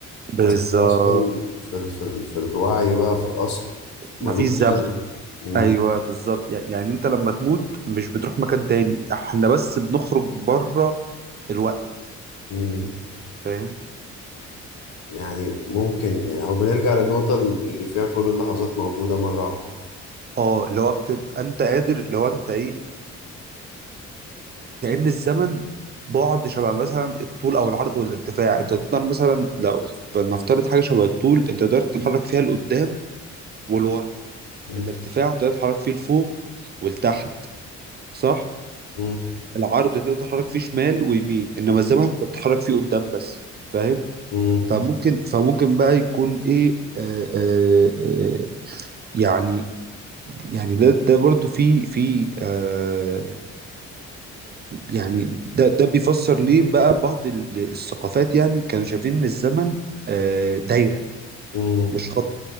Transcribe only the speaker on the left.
بس اصلا في ال في ال في الوعي بقى في الاصل ملوش
زمن مم.
مم.
يعني ممكن يعني او بنرجع للنقطة اللي فيها كل اللحظات موجودة مرة واحدة
مم.
مم.
مم.
مم.
مم.